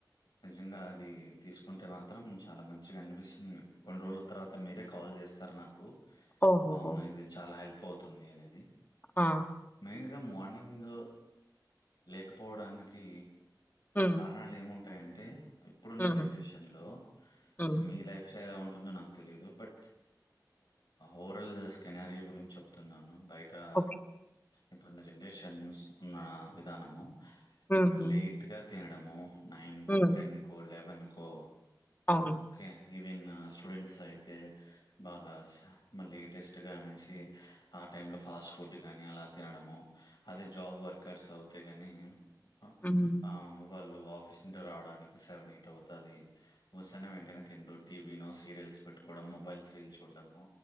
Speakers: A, on the left; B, on the left.
A: నిజంగా అది తీసుకుంటే మాత్రం చాలా మంచిగా అనిపిస్తుంది మీకు కొన్ని రోజుల తర్వాత మీరే కాల్ చేస్తారు నా కు
B: ఓహోహో!
A: అవును ఇది చాలా హెల్ప్ అవుతుంది అనేది
B: ఆ
A: మెయిన్గా మార్నింగ్ లేకపోవడానికి
B: హ్మ్.
A: కారణాలు ఏము ఉంటాయంటే ఇప్పుడున్న
B: హ్మ్.
A: జనరేషన్లో
B: హ్మ్.
A: సో మీ లైఫ్ ఎ ఉంటుందో నాకు తెలిదు బట్ ఓవారల్ స్కెనార్యో గురించి చెప్తున్నాను బయ్ తా
B: ఓకే.
A: ఇప్పుడున్న జనరేషన్స్ ఉన్న విధానము
B: హ్మ్. హ్మ్.
A: లేట్గా తినడము నైన్కో
B: హ్మ్.
A: టెన్కో లెవెన్కో
B: అవును.
A: ఓకే ఈవెన్ స్టూడెంట్స్ అయితే బాగా మళ్ళీ టెస్ట్గా అనేసి ఆ టైం లో ఫాస్ట్ ఫుడ్ గాని అలా తినడము అదే జాబ్ వర్కర్స్ అవుతే గాని అ
B: హ్మ్.
A: ఆ వాళ్ళు ఆఫీస్ నుంచి రావడానికి సెవెన్ ఎయిట్ అవుతది ఒచ్చిన వెంటనే తిండు టీవినో సీరియల్స్ పెట్టు కూడా మొబైల్స్ రీల్ చూడ్డము